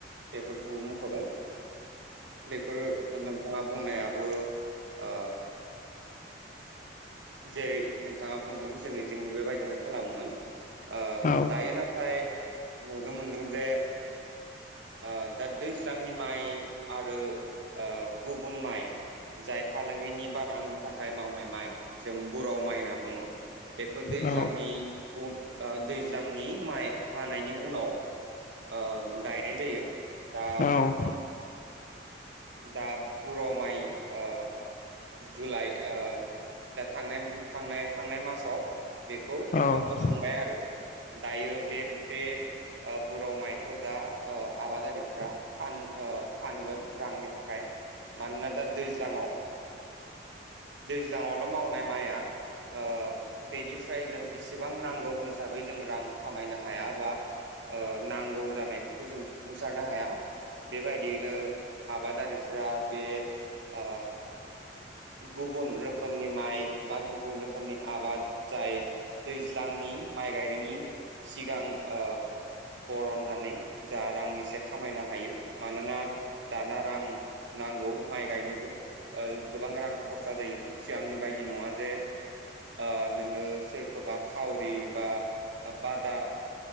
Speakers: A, on the right; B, on the left.
A: बेफोरखौ मख'दों बेफोर नोंथाङा बुंनायाबो ओ जेरै नोंथाङा बुंदों जोंनिथिंबो बेबायदिनो खालामोमोन। ओ
B: औ
A: दायो ना थाय नुनो मोनदों जे ओ दा दैज्लांनि माइ आरो ओ गुबुन माइ जाय फालांगिनि बारानि थाखाय मावनाय माइ जों बुराव माइ होनना बुङो। बेखौ दैज्लांनि
B: औ
A: उन दैज्लांनि माइ हानायनि उनाव ओ गायनाय जायो। दा
B: औ
A: दा बर' माइ ओ जुलाइ ओ दा थांनाय थांनाय थांनाय मासाव बेखौ
B: औ
A: ओ बोखांबाय आरो दायो बे बे ओ बर' माइ बो दा आबादारि ब्रा फान फानगोन रांनि थाखाय मानोना दा दैज्लाङाव दैज्लाङावल' मावनाय माइया ओ बेनिफ्राय जों इसेबां नांगौ हिसाबै जों रां खामायनो हाया बा ओ नांगौ जानायफोरखौ जों सफुंसारनो हाया बेबाय बिनो आबादारिफ्रा बे ओ गुबुन रोख रोखोमनि माइ बा गुबुन रोखोमनि आबाद जाय दैज्लांनि माइ गायनायनि सिगां ओ बरननानै जा रां एसे खामायनो हायो मानोना दाना रां नांगौ माइ गायनोबो गोबां रां खरसा जायो सिगांनि बायदि नङा जे ओ नोङो सोरखौबा खावरि बा बादा